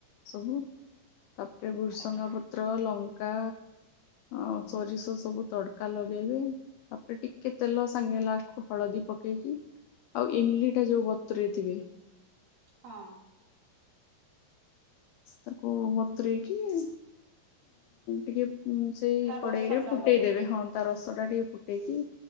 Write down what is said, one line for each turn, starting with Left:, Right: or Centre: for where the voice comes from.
Left: ସବୁ ତାପରେ ଭୃସଙ୍ଗା
Right: ଆଜ୍ଞା
Left: ପତ୍ର ଲଙ୍କା ଆଉ ସୋରିଷ ସବୁ ତଡ଼କା ଲଗେଇବେ ତାପରେ ଟିକେ ତେଲ ସାଙ୍ଗେ ଲାଷ୍ଟକୁ ହଳଦୀ ପକେଇକି ଆଉ ଇମଲି ଟା ଯୋଉ ବ ବାତୁରେଇ ଥିବେ
Right: ହଁ।
Left: ତାକୁ ବତୁରେଇକି ଉଁ ଟିକେ ଉ ସେଇ
Right: ତା
Left: କଡ଼େଇ
Right: ରସ
Left: ରେ
Right: ଟା
Left: ଫୁଟେଇ
Right: ବୋଧେ
Left: ଦେବେ ହଁ ତା ରସ <unintelligible> ଟେ ଟିକେ ଫୁଟେଇକି